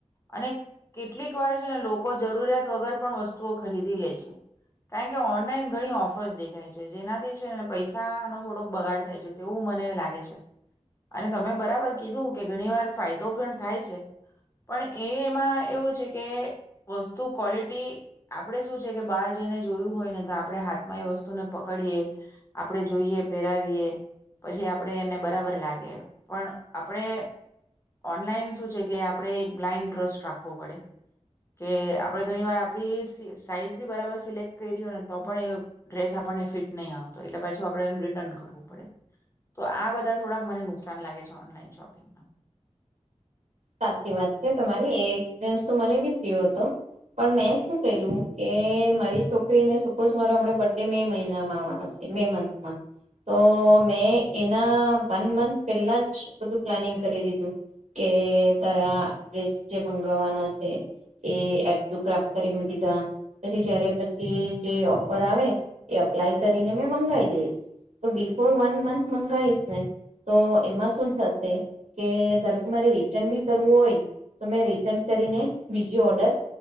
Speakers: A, on the left; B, on the right.
A: અને કેટલીક વાર છે ને લોકો જરૂરિયાત વગર પણ વસ્તુઓ ખરીદી લે છે કારણ કે ઓનલાઈન ઘણી ઓફર્સ દેખાય છે જેનાથી છે પૈસા નો થોડોક બગાડ થાય છે તેવું મને લાગે છે અને તમે બરાબર કીધું કે ઘણી વાર ફાયદો પણ થાય છે પણ એ એમાં એવું છે કે વસ્તુ ક્વલિટી આપણેે શું છે બાર જઈને જોયું હોય ને તો આપણે હાથમાં એ વસ્તુને પકડીએ આપણે જોઈએ પહેરાવીએ પછી આપણે એને બરાબર લાગે પણ આપણે ઓનલાઈન શું છે કે આપણેે એક બ્લાઈન્ડ ટ્રસ્ટ રાખવો પડે કે આપણે ઘણી વાર આપ સાઈઝ બી બરાબર સિલેક્ટ કરને તો પણ એ ડ્રેસ આપને ફિટ નહી આવતો એટલે પાછ આપણેને રિટર્ન કરવું પડે તો આ બધા થોડાક મને નુકસાન લાગે છે ઓનલાઈન શોપિંગ
B: સાચી વાત છે તમારી એ એક્સપિરિયન્સ તો મને બી થયો હતો પણ મેં શું કર્યું કે મારી છોકરીને સપોઝ મારો હમણા બર્થડે મે મહિનામાં આવવાનો છે મે મંથમાં તો મેં એના વન મંથ પહેલા જ બધું પ્લાનિંગ કરી દીધું કે તારા ડ્રેસ જે મંગાવવાના છે એડ ટુ ક્રાફ્ટ કરી દીધા પછી જયારે પછી જે ઓફર આવે એ અપ્લાય કરીને મંગાવ દઈશ તો બિફોર વન મંથ મંગીશ ને તો એમાં શું થશે કે ધરોકે મારે રિટર્ન બી કરવું હોય તો મે રિટર્ન કરીને બીજો ઓર્ડર